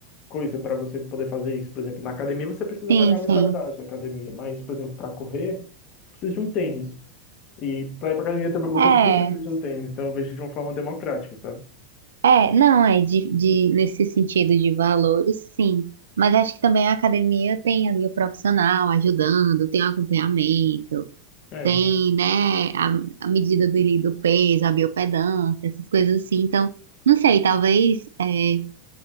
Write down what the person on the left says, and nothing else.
coisa para você poder fazer isso. Por exemplo, na academia você precisa
pagar uma
mensalidade da academia, mas, por exemplo, para correr, você precisa de um tênis. E para ir para academia também- você
também precisa de um tênis. Então eu vejo de uma forma democrática, sabe?
É,